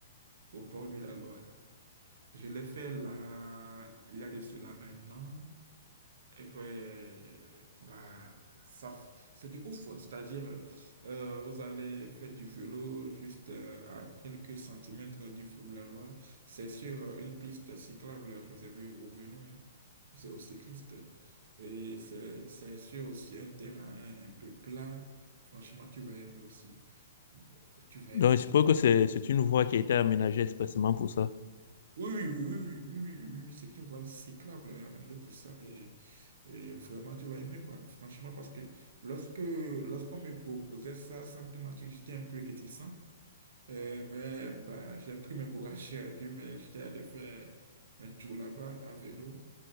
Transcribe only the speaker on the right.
au bord de la Loire. Je l'ai fait là, il y a de cela un an. Et ouais, bah, ça, f- c'est du ouf. C'est-à-dire, euh, vous allez faire du vélo juste euh, à quelques centimètres du fleuve la Loire. C'est sur euh, une piste cyclable réservée aux vélos, hein. C'est aux cyclistes. Et c'est, c'est sur aussi un terrain un peu plat. Franchement, tu vas aimer aussi. Tu vas
aimer.
Oui, oui, oui, oui, oui, oui, oui, oui, oui, c'est une voie cyclable euh, aménagée pour ça. Et, et vraiment, tu vas aimer, quoi. Franchement, parce que lorsque lorsqu'on me proposait ça, sans te mentir, j'étais un peu réticent. Euh, mais bah, j'ai pris mes courage à Dieu, mais j'étais allé faire un tour là-bas à vélo.